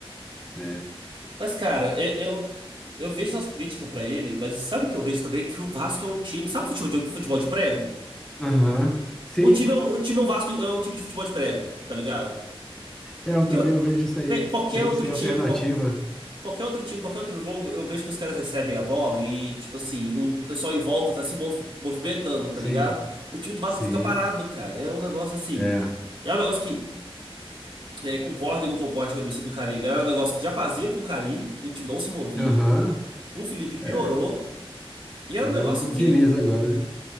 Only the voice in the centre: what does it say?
né?
Aham. Sim.
É, Eu também
eu vejo isso aí.
Sem,
sem alternativa.
Sim,
sim.
É.
Aham.
É.
Vê
O
Diniz agora, né?